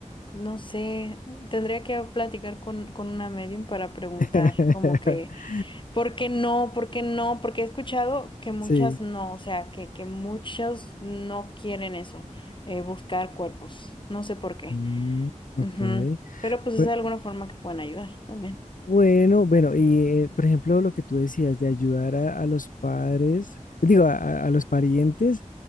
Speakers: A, on the left (about 40°); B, on the left (about 85°).
A: no sé, tendría que platicar con, con una medium para preguntar,
B: <laughs>
A: como que ¿Por qué no? ¿Por qué no? Porque he escuchado que muchas
B: Sí.
A: no, o sea, que, que muchos no quieren eso, eh, buscar cuerpos. No sé por qué.
B: Mm, ok.
A: Ujú. Pero pues
B: Pues,
A: es de alguna forma que pueden ayudar también.
B: Bueno, bueno, y eh, por ejemplo, lo que tú decías de ayudar a, a los padres, digo, a, a- a los parientes,